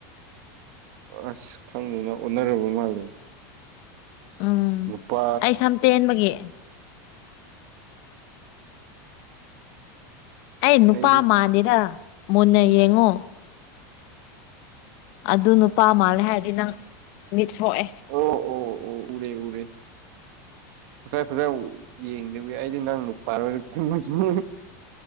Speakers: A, on the right; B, on the left.
A: ꯑꯁ ꯈꯪꯗꯤꯅ ꯑꯣꯅꯔꯕ ꯃꯥꯜꯂꯦ
B: ꯎꯝ
A: ꯅꯨꯄꯥ
B: ꯑꯩ ꯁꯝ ꯇꯦꯟꯕꯒꯤ ꯑꯩ ꯅꯨꯄꯥ
A: ꯑꯩꯗꯤ
B: ꯃꯥꯥꯟꯗꯦꯗ ꯃꯨꯟꯅ ꯌꯦꯡꯉꯨ ꯑꯗꯨ ꯅꯨꯄꯥ ꯃꯥꯜꯂꯦ ꯍꯥꯏꯔꯗꯤ ꯅꯪ ꯃꯤꯠ ꯁꯣꯛꯑꯦ
A: ꯑꯣ ꯑꯣ ꯑꯣ ꯎꯔꯦ ꯎꯔꯦ ꯉꯁꯥꯏ ꯐꯥꯖꯅ ꯎ ꯌꯦꯡꯗꯕꯤ ꯑꯩꯗꯤ ꯅꯪ ꯅꯨꯄꯥꯔꯣꯅ ꯆꯤꯡꯕꯨ ꯆꯤꯡꯅꯩ